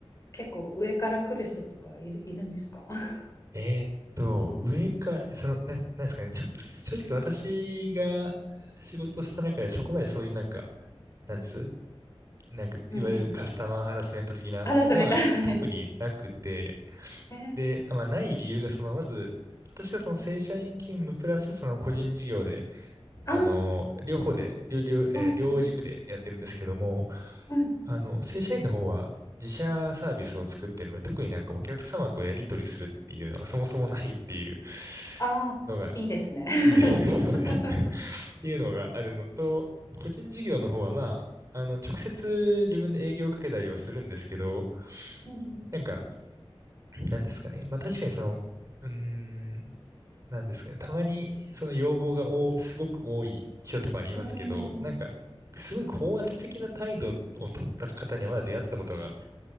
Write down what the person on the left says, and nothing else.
結構上から来る人とかいる、いるんですか <laughs>
うんうん。嵐みたいなね。えー、
ああ、
うんうんうん
ああーいいですね。
<laughs>
うん
うんうーん